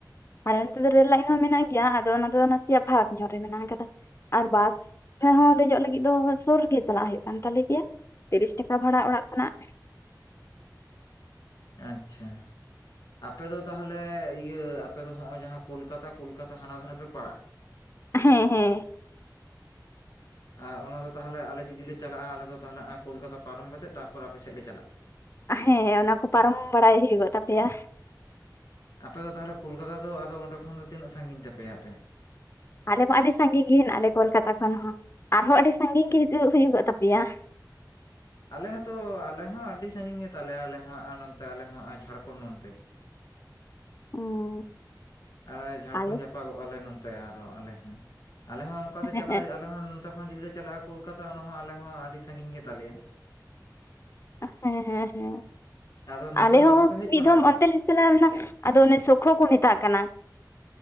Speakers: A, on the left; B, on the left.
A: ᱟᱞᱮ ᱱᱚᱛᱮ ᱫᱚ ᱨᱮᱹᱞ ᱞᱟᱭᱤᱱ ᱦᱚᱸ ᱢᱮᱱᱟᱜ ᱜᱮᱭᱟ ᱟᱫᱚ ᱚᱱᱟ ᱫᱚ ᱱᱟᱥᱮᱭᱟᱜ ᱯᱷᱟᱨᱟᱠ ᱧᱚᱜ ᱨᱮ ᱢᱮᱱᱟᱜ ᱟᱠᱟᱫᱟ ᱟᱨ ᱵᱟᱥ ᱨᱮᱦᱚ ᱫᱮᱡᱚᱜ ᱞᱟᱹᱜᱤᱫ ᱫᱚ ᱥᱩᱨ ᱨᱮᱜᱮ ᱪᱟᱞᱟᱜ ᱦᱩᱭᱩᱜ ᱠᱟᱱ ᱛᱟᱞᱮ ᱜᱮᱭᱟ ᱛᱤᱨᱤᱥ ᱴᱟᱠᱟ ᱵᱷᱟᱲᱟ ᱚᱲᱟᱜ ᱠᱷᱚᱱᱟᱜ
B: ᱟᱪᱪᱷᱟ ᱟᱯᱮᱫᱚ ᱛᱟᱦᱚᱞᱮ ᱤᱭᱟᱹ ᱟᱯᱮᱚ ᱦᱚᱜᱼᱚᱭ ᱡᱟᱦᱟᱸ ᱠᱳᱞᱠᱟᱛᱟ ᱠᱳᱞᱠᱟᱛᱟ ᱦᱟᱱᱟ ᱫᱷᱟᱨᱮ ᱯᱮ ᱯᱟᱲᱟᱜᱼᱟ?
A: ᱦᱮᱸ ᱦᱮᱸ
B: ᱟ ᱚᱱᱟᱫᱚ ᱛᱟᱦᱚᱞᱮ ᱟᱞᱮ ᱡᱩᱫᱤ ᱞᱮ ᱪᱟᱞᱟᱜᱼᱟ ᱟᱞᱮ ᱫᱚ ᱛᱟᱦᱚᱞᱮ ᱠᱳᱞᱠᱟᱛᱟ ᱯᱟᱨᱚᱢ ᱠᱟ ᱠᱟᱛᱮᱫ ᱛᱟᱨᱯᱚᱨ ᱟᱯᱮ ᱥᱮᱫ ᱞᱮ ᱪᱟᱞᱟᱜᱼᱟ?
A: ᱦᱮᱸ ᱚᱱᱟᱠᱚ ᱯᱟᱨᱚᱢ ᱵᱟᱲᱟᱭ ᱦᱩᱭᱩᱜᱚᱜ ᱛᱟᱯᱮᱭᱟ
B: ᱟᱯᱮ ᱫᱚ ᱛᱟᱦᱚᱞᱮ ᱠᱳᱞᱠᱟᱛᱟ ᱫᱚ ᱟᱫᱚ ᱚᱸᱰᱮ ᱠᱷᱚᱱ ᱫᱚ ᱛᱤᱱᱟᱹᱜ ᱥᱟᱺᱜᱤᱧ ᱛᱟᱯᱮᱭᱟ ᱟᱯᱮ
A: ᱟᱞᱮ ᱢᱟ ᱟᱹᱰᱤ ᱥᱟᱺᱜᱤᱧ ᱜᱮ ᱟᱞᱮ ᱠᱳᱞᱠᱟᱛᱟ ᱠᱷᱚᱱ ᱦᱚᱸ ᱟᱨᱦᱚᱸ ᱟᱹᱰᱤ ᱥᱟᱜᱤᱧ ᱜᱮ ᱦᱤᱡᱩᱜ ᱦᱩᱭᱩᱜ ᱛᱟᱯᱮᱭᱟ
B: ᱟᱞᱮ ᱦᱚᱸᱛᱚ ᱟᱞᱮ ᱦᱚᱸ ᱟᱹᱰᱤ ᱥᱟᱺᱜᱤᱧ ᱜᱮᱛᱟᱞᱮᱭᱟ ᱟᱞᱮ ᱦᱚᱸ ᱱᱚᱛᱮ ᱟᱞᱮ ᱦᱚᱸ ᱡᱷᱟᱲᱠᱷᱚᱸᱰ ᱱᱚᱱᱛᱮ
A: ᱚ
B: ᱟᱨ ᱡᱷᱟᱲᱠᱷᱚᱸᱰ
A: ᱟᱞᱮ
B: ᱡᱟᱯᱟᱜᱚᱜᱼᱟᱞᱮ ᱱᱚᱛᱮ ᱟᱨᱚ ᱟᱞᱮ ᱦᱚᱸ ᱟᱞᱮ ᱦᱚᱸ ᱚᱱᱠᱟᱛᱮ
A: ᱦᱮᱸ
B: ᱪᱟᱞᱟᱣ ᱟᱞᱮ ᱦᱚᱸ ᱱᱚᱛ ᱦᱚᱸ ᱡᱩᱫᱤ ᱞᱮ ᱪᱟᱞᱟᱜᱼᱟᱳᱞᱠᱟᱛᱟ ᱚᱱᱟ ᱦᱚᱸᱚᱸ ᱟᱞᱮ ᱦᱚᱸ ᱟᱹᱰᱤ ᱥᱟᱺᱜᱤᱧ ᱜᱮᱛᱟᱞᱮᱭᱟ
A: ᱦᱮᱸ ᱦᱮᱸ ᱦᱮᱸ
B: ᱟᱫᱚ ᱱᱚᱛᱮ
A: ᱟᱞᱮ
B: ᱫᱚ
A: ᱦᱚᱸ
B: ᱵᱟᱝᱯᱮ ᱦᱮᱡ
A: ᱢᱤᱫ
B: ᱵᱟᱲᱟ
A: ᱫᱷᱚᱢ
B: ᱟᱠᱟᱱᱟ
A: ᱚᱱᱛᱮ ᱞᱮ ᱪᱟᱞᱟᱣ ᱞᱮᱱᱟ ᱟᱫᱚ ᱚᱱᱮ ᱥᱚᱠᱠᱷᱚ ᱠᱚ ᱢᱮᱛᱟᱜ ᱠᱟᱱᱟ